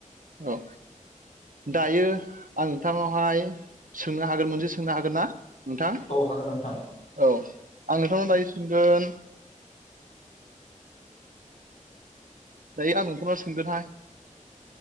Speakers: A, on the right (about 85°); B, on the left (about 55°).
A: औ दायो आं नोंथांनावहाय सोंनो हागोन मोनसे सोंनो हागोन ना नोंथां
B: औ हागोन नोंथां
A: औ आं नोंथांनाव दायो सोंगोन दायो आं नोंखौनाव सोंगोनहाय